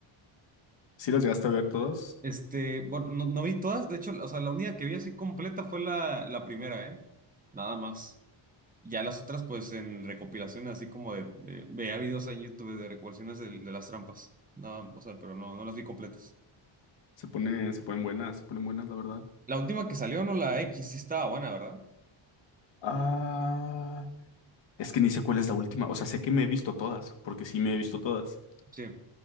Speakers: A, on the left; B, on the right.
A: Sí las llegaste a ver todas.
B: Este, bueno, no, no vi todas, de hecho, o sea, la única que vi así completa fue la, la primera, ¿eh? Nada más. Ya las otras, pues, en recopilaciones, así como de, de- veía videos en YouTube de recopilaciones de, de las trampas. No, o sea, pero no, no las vi completas.
A: Se pone, se ponen buenas, se ponen buenas, la verdad.
B: La última que salió, no, la X, sí estaba buena, ¿verdad?
A: Ah, es que ni sé cuál es la última. O sea, sé que me he visto todas, porque sí me he visto todas.
B: Sí,